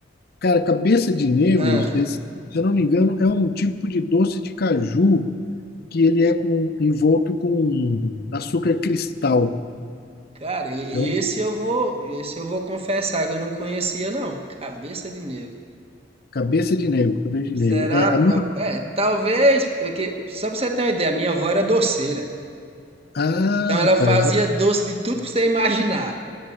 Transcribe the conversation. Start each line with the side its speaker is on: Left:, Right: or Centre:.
Left: cara, cabeça de nego,
Right: Ah,
Left: esse, se eu não me engano, é um tipo de doce de caju que ele é com, envolto com açúcar cristal.
Right: cara, e-
Left: Então,
Right: esse eu vou, esse eu vou confessar que eu não conhecia não. Cabeça de negro.
Left: cabeça de negro, cabeça de
Right: Será?
Left: negro. É,
Right: pro-
Left: a minha...
Right: É, talvez, porque só pra você ter uma ideia, minha avó era doceira.
Left: Ah,
Right: Então ela
Left: rapaz,
Right: fazia
Left: ó,
Right: doce de tudo que você imaginar.